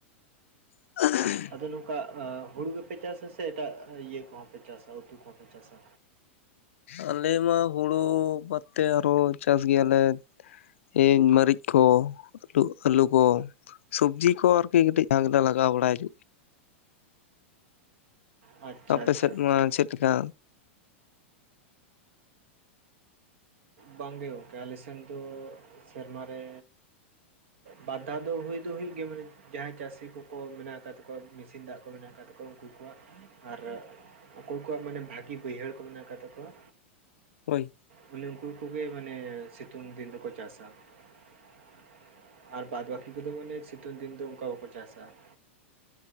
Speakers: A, on the left; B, on the right.
A: <unintelligible>
B: ᱟᱫᱚ ᱱᱚᱝᱠᱟ ᱦᱩᱲᱩ ᱜᱮᱯᱮ ᱪᱟᱥᱟ ᱥᱮ ᱮᱴᱟᱜ ᱤᱭᱟᱹ ᱠᱚᱦᱚᱸ ᱯᱮ ᱪᱟᱥᱟ ᱩᱛᱩ ᱠᱚᱦᱚᱸ ᱯᱮ ᱪᱟᱥᱟ?
A: ᱟᱞᱮ ᱢᱟ ᱦᱩᱲᱩ ᱵᱟᱫᱽᱛᱮ ᱟᱨᱦᱚᱸ ᱪᱟᱥ ᱜᱮᱭᱟᱞᱮ ᱾ ᱮᱭ ᱢᱟᱹᱨᱤᱪ ᱠᱚ ᱟᱹᱞᱩ ᱟᱹᱞᱩ ᱠᱚ, ᱥᱚᱵᱽᱡᱤ ᱠᱚ ᱟᱨᱠᱤ ᱠᱟᱹᱴᱤᱡ ᱡᱟᱦᱟᱸ ᱜᱮᱞᱮ ᱞᱟᱜᱟᱣ ᱵᱟᱲᱟᱭ ᱦᱤᱭᱩᱜ
B: ᱟᱪᱪᱷᱟ
A: ᱟᱯᱮ
B: ᱟᱪᱪᱷᱟ
A: ᱥᱮᱫ
B: ᱟᱪᱪᱷᱟ
A: ᱢᱟ ᱪᱮᱫ ᱞᱮᱠᱟ?
B: ᱵᱟᱝ ᱜᱮ ᱜᱚᱝᱠᱮ ᱟᱞᱮ ᱥᱮᱱ ᱫᱚ ᱥᱮᱨᱢᱟ ᱨᱮ ᱵᱟᱨ ᱫᱷᱟᱣ ᱫᱚ ᱦᱩᱭ ᱫᱚ ᱦᱩᱭᱩᱜ ᱜᱮᱭᱟ ᱢᱟᱱᱮ ᱡᱟᱦᱟᱸᱭ ᱪᱟᱹᱥᱤ ᱠᱚᱠᱚ ᱢᱮᱱᱟᱜ ᱟᱠᱟ ᱛᱟᱠᱚᱣᱟ ᱢᱤᱥᱤᱱ ᱫᱟᱜ ᱠᱚ ᱢᱮᱱᱟᱜ ᱟᱠᱟᱫ ᱛᱟᱠᱚᱣᱟ ᱩᱱᱠᱩ ᱠᱚᱣᱟᱜ, ᱟᱨ ᱚᱠᱚᱭ ᱠᱚᱣᱟᱜ ᱢᱟᱱᱮ ᱵᱷᱟᱹᱜᱤ ᱵᱟᱹᱭᱦᱟᱹᱲ ᱠᱚ ᱢᱮᱱᱟᱜ ᱟᱠᱟᱫ ᱛᱟᱠᱚᱣᱟ
A: ᱦᱳᱭ᱾
B: ᱢᱟᱱᱮ ᱩᱱᱠᱩ ᱠᱚᱜᱮ ᱢᱟᱱᱮ ᱥᱤᱛᱩᱝ ᱫᱤᱱ ᱫᱚᱠᱚ ᱪᱟᱥᱟ ᱾ ᱟᱨ ᱵᱟᱫᱽ ᱵᱟᱠᱤ ᱠᱚᱫᱚ ᱢᱟᱱᱮ ᱥᱤᱛᱩᱝ ᱫᱤᱱ ᱫᱚ ᱚᱱᱠᱟ ᱵᱟᱠᱚ ᱪᱟᱥᱟ ᱾